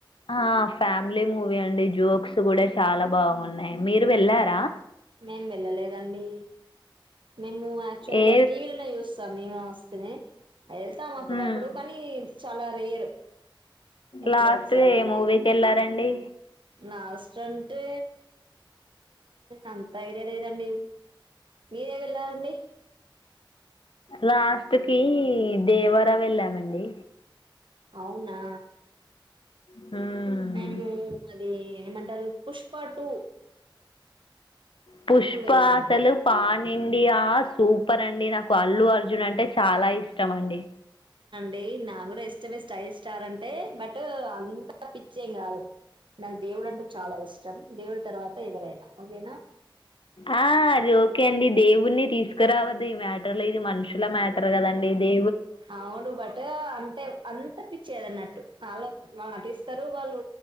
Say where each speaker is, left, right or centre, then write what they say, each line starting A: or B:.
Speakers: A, on the left (about 75°); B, on the right (about 70°).
A: ఆ ఫ్యామిలీ మూవీ అండి జోక్స్ కూడా చాలా బాగున్నాయి మీరు వెళ్ళారా
B: మేము వెళ్ళలేదండి మేము యాక్చువల్
A: ఏ
B: గా టీవీలు చూ సామిన వస్తే వెళ్తాం అప్పుడప్పుడు
A: మ్మ్.
B: కానీ చాలా రేర్ ఎప్పుడో
A: లాస్ట్
B: ఒకసారి
A: ఏ
B: అట్లా
A: మూవీకెళ్లారండి
B: లాస్ట్ అంటే అంత ఐడియా లేదండి మీరేం వెళ్ళారండి
A: లాస్ట్ కి దేవర వెళ్ళామండి
B: అవునా
A: హ్మ్.
B: మేము అది ఏమంటారు పుష్పాటు
A: పుష్ప
B: వెళ్ళామండి
A: అసలు పానిండియా సూపర్ అండి నాకు అల్లు అర్జున్ అంటే చాలా ఇష్టం అండి
B: డై నా కూడా ఇష్టమే స్టైల్ స్టార్ అంటే బట్ అంత పిచ్చేం కాదు నాకు దేవుడు అంటే చాలా ఇష్టం దేవుడు తర్వాత ఎవరైతే ఓకేనా
A: ఆ అది ఓకే అండి దేవుణి తీసుకురావద్దు ఈ మ్యాటర్ లో ఇది మనుషుల మేట తరు కదండి ఇది
B: అవును బట్ అంతే అంత పి చేదన్నట్టు వాళ్ళ వాళ్ళు నటిస్తారు వాళ్ళు